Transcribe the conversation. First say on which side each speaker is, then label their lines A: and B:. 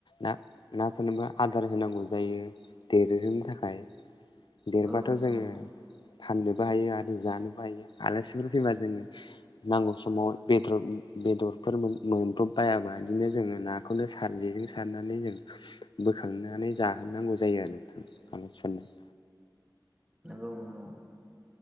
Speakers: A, on the left; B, on the right.
A: ना नाफोरनोबो आदार होनांगौ जायो देरहोनो थाखाय देरबाथ'
B: औ नंगौ
A: जोङो
B: नोंथां
A: फाननोबो हायो आरो जानोबो हायो आलासिफोर फैबा जोङो नांगौ समाव बेदर बेदरफोर मोन-मोनब्रबबायाबा बिदिनो जोङो ना खौनो सार जेजों सारनानै जों बोखांनानै जाहोनांगौ जायो आरो <unintelligible>
B: नोंगौ नोंथां